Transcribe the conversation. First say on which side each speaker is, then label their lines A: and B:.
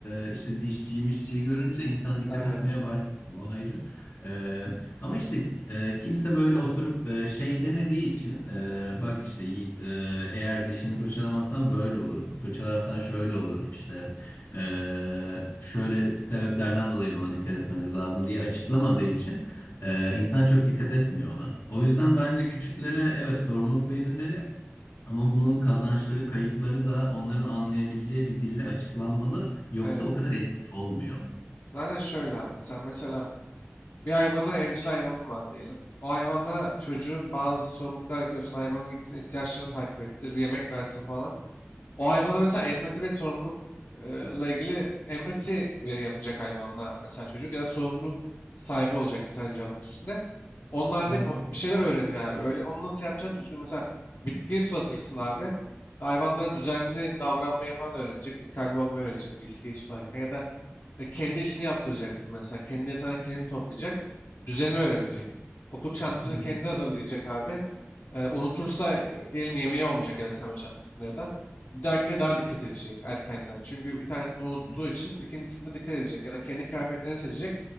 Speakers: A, on the left (about 85°); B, on the left (about 65°).
A: e, işte dişçiyi mişçiyi görünce insan dikkat
B: Aynen.
A: etmeye başlıyor. O ayrı. E, ama işte e, kimse böyle oturup e, şey demediği için e, bak işte Yiğit e, eğer dişini fırçalamazsan böyle olur. Fırçalarsan şöyle olur. İşte e, şöyle sebeplerden dolayı buna dikkat etmemiz lazım diye açıklamadığı için ee, insan çok dikkat etmiyor ona. O yüzden bence küçüklere evet sorumluluk verilmeli ama bunun kazançları, kayıpları da onların anlayabileceği bir dille açıklanmalı. Yoksa
B: Evet.
A: o kadar etkili olmuyor.
B: Zaten şöyle abi. Sen mesela bir hayvana evcil hayvanın var diyelim. O hayvana çocuğun bazı sorumluluklar yapıyorsun. Hayvanın gitsin ihtiyaçlarını takip ettir, yemek versin falan. O hayvana mesela empati ve sorumlulukla ilgili empati yapacak hayvanla mesela çocuk ya da sorumluluk sahibi olacak bir tane canlı üstünde. Onlarda
A: Hı hı,
B: o- bir şeyler öğreniyor abi. Öyle onu nasıl yapacaksın düzgün mesela bitkiyi sulatırsın abi. Hayvanlara düzenli davranmayı falan öğrenecek. Dikkatli olmayı öğrenecek bitkiyi sularken ya da e, kendi işini yaptıracaksın mesela. Kendi yatağını kendi toplayacak. Düzeni öğrenecek. Okul çantasını
A: hı hı,
B: kendi hazırlayacak abi. E, unutursa e, diyelim yemeği olmayacak ya beslenme çantasında ya da. Bir dahakine daha dikkat edecek erkenden. Çünkü bir tanesini unuttuğu
A: hı
B: için ikincisinde dikkat edecek. Ya da kendi kıyafetlerini seçecek.